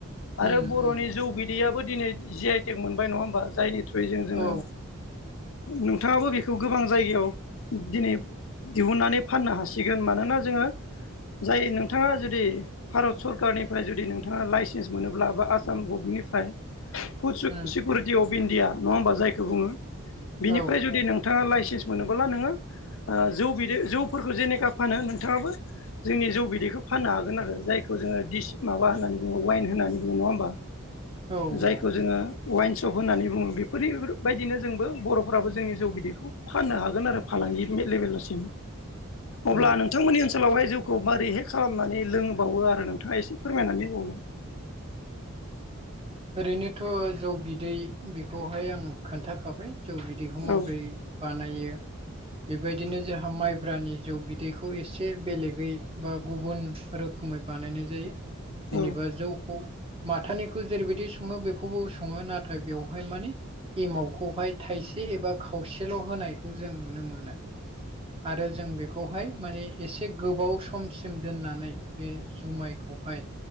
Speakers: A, on the left; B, on the right.
A: आरो
B: उम
A: बर'नि
B: उम
A: जौ बिदैयाबो दिनै जि आइ टेक मोनबाय नङा होमबा जायनि जोङो
B: औ
A: नोंथाङाबो खौ गोबां जायगायाव दिनै दिहुननानै फाननो हासिगोन मानोना जोङो जायो नों नोंथाङा जुदि भारत सरकारनिफ्राय जुदि नोंथाङा लाइसेन्स मोनोब्ला बा आसाम गभमेन्टनिफ्राय food
B: um
A: security of India नङा होमबा जायखौ बुङो बिनिफ्राय
B: औ औ औ
A: जुदि नों नोंथाङा लाइसेन्स मोनोबोला नोङो जौ बिदै जौफोरखौ जेनेखा फानो नोंथाङाबो जोंनि जौ बिदैखौ फाननो हागोन आरो जायखौ जोङो डिसि माबा होननानै बुङो वाइन होननानै बुङो नङा होमबा
B: <inaudible> उम
A: जायखौ जोङो वाइन सप होननानै बुङो बेफोरनिबायदिनो जोंबो बर'फोराबो जोंनि जौ बिदिखौ बे फाननो हागोन आरो फालांगि मेट लेभेलसिम
B: औ
A: अब्ला नोंथांमोननि ओनसोलावहाय जौ खौ मोरैहाय खालामनानै लोंबावो आरो नोंथाङा एसे फोरमायनानै होबाव
B: ओरैनोथ' जौ बिदै बेखौहाय आं खोन्थाखाबाय जौ बिदैखौ
A: औ
B: माबोरै बानायो बेबायदिनो जोंहा माइब्रानि जौ बिदैखौ एसे बेलेगै बा गुबुन रोखोमै बानायनाय जायो जेनेबा
A: औ
B: जौखौ माथानिखौ जेरैबायदि सङो बेखौबो सङो नाथाय बेवहाय माने एमावखौहाय थाइसे एबा खावसेल' होनायखौ जों नुनो मोनो आरो जों बेखौहाय माने एसे गोबाव समसिम दोननानै बे जुमायखौहाय